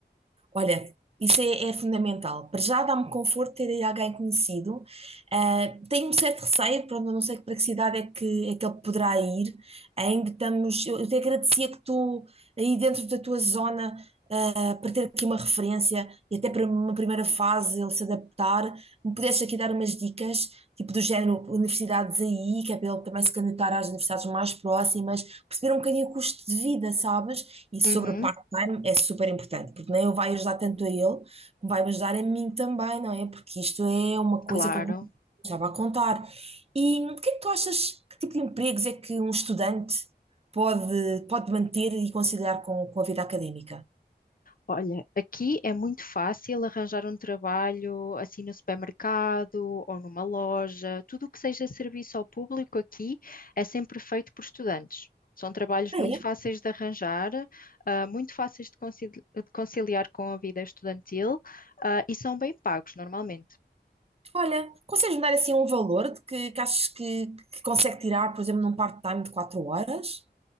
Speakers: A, on the right; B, on the left.
A: Olha, isso é, é fundamental. Para já dá-me conforto ter aí alguém conhecido. Ah, tenho um certo receio, pronto, eu não sei para que cidade é que, é que ele poderá ir. Ainda estamos. Eu, eu te agradecia que tu, aí dentro da tua zona, ah, para ter aqui uma referência e até para uma primeira fase ele se adaptar, me pudeste aqui dar umas dicas, tipo do género universidades aí, que é para ele também se candidatar às universidades mais próximas, perceber um bocadinho o custo de vida, sabes? E
B: Uhum,
A: sobre o part-time é super importante, porque nem eu vai ajudar tanto a ele, como vai me ajudar a mim também, não é? Porque isto é uma coisa
B: claro.
A: que eu não estava a contar. E o que é que tu achas, que tipo de empregos é que um estudante pode, pode manter e conciliar com, com a vida académica?
B: Olha, aqui é muito fácil arranjar um trabalho assim no supermercado ou numa loja. Tudo o que seja serviço ao público aqui é sempre feito por estudantes. São trabalhos
A: Ah,
B: muito
A: é?
B: fáceis de arranjar, ah, muito fáceis de concili- de conciliar com a vida estudantil, ah, e são bem pagos normalmente.
A: Olha, consegues-me dar assim um valor de que, que achas que, que consegue tirar, por exemplo, num part-time de 4 horas?